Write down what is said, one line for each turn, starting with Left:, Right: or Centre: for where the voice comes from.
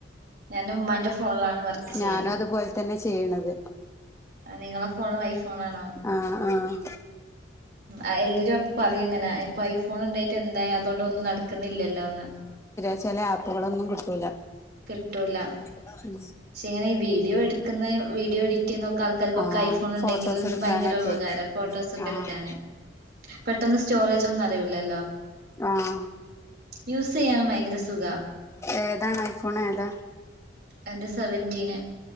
Right: ഞാൻ ഉമ്മാന്റെ ഫോണിലാണ് വർക്ക് ചെയ്യല്
Left: ഞാനും അതുപോലെ തന്നെ ചെയ്യണത്
Right: ആഹ് നിങ്ങളെ ഫോണും ഐഫോണാണോ
Left: ആഹ് ആഹ്
Right: ആഹ് എല്ലരും അപ്പൊ പറയും ഇങ്ങനെ ഇപ്പൊ ഐഫോൺ ഉണ്ടായിട്ട് എന്തായ അതുകൊണ്ട് ഒന്നും നടക്കുന്നില്ലല്ലോന്ന്
Left: ച്ചെല ആപ്പുകളൊന്നും കിട്ടൂല്ല
Right: കിട്ടൂല
Left: <unintelligible>
Right: പക്ഷെ ഇങ്ങനെ ഈ വീഡിയോ എടുക്കുന്ന വീഡിയോ എഡിറ്റ് ചെയ്യുന്നൊക്കെ ആൾക്കാർക്കൊക്കെ
Left: ആഹ്
Right: ഐഫോൺ ഉണ്ടെങ്കില്
Left: ഫോട്ടോസ് എടുക്കാനൊക്കെ
Right: ഭയങ്കര ഉപകാരം ഫോട്ടോസ് ഒക്കെ
Left: ആഹ്
Right: എടുക്കാന് പെട്ടന്ന് സ്റ്റോറേജ് ഒന്നും നറയൂല്ലല്ലോ
Left: ആഹ്
Right: യൂസ് ചെയ്യാനും ഭയങ്കര സുഖാ
Left: ഏതാണ് ഐഫോൺ ഏതാ
Right: എന്റെ സെവന്റീന്